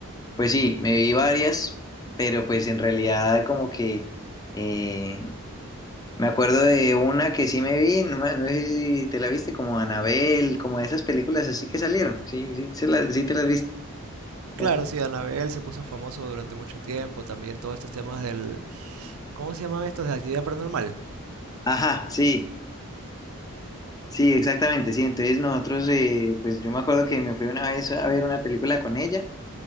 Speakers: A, on the left; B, on the right.
A: pues sí, me vi varias, pero pues en realidad como que eh, me acuerdo de una que sí me vi, no, me- no sé si te la viste, como Anabel, como esas películas así que salieron, sí, sí, se la- sí te las viste.
B: Claro,
A: Es-
B: sí, Anabel se puso famoso durante mucho tiempo, también todos estos temas del ¿Cómo se llaman estos de actividad paranormal?
A: Ajá, sí, sí, exactamente, sí, entonces nosotros, eh, pues yo me acuerdo que me fui una vez a ver una película con ella,